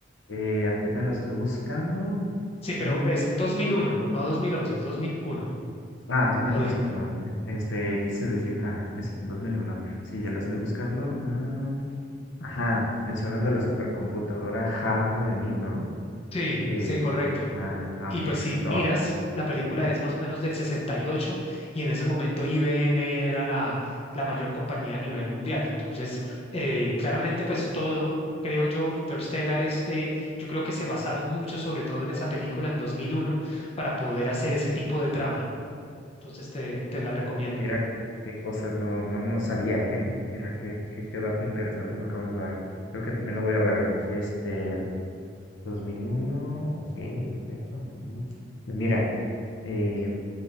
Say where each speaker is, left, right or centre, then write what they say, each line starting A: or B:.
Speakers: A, on the left (about 70°); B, on the left (about 35°).
A: eh, apenas la estoy buscando
B: Sí, pero
A: y...
B: es 2001 no 2011, es 2001.
A: Ah, dos mil
B: O
A: once
B: di-
A: perdón. Este, quise decir, jaja, eso, dos mil uno Sí, ya la estoy buscando. ah, ajá, mencionas de la supercomputadora HAL nueve mil ¿no?
B: sí,
A: Que,
B: sí, correcto.
A: ah, ah,
B: Y
A: ok.
B: pues si miras,
A: No,
B: la película
A: ajá.
B: es más o menos del 68 y ocho y en ese momento IBM era la, la mayor compañía a nivel mundial. Entonces, eh, claramente pues todo, creo yo, Interstellar es, eh, yo creo que se basaron mucho sobre todo en esa película en 2001 para poder hacer ese tipo de trama. Entonces te, te la recomiendo.
A: Mira qué cosas no, no, no sabía, ¿eh? Mira qué, qué, qué dato interesante me acabas de dar. Creo que también la voy a ver. Este, 2001, ok, perfecto. mm. Pues mira, eh,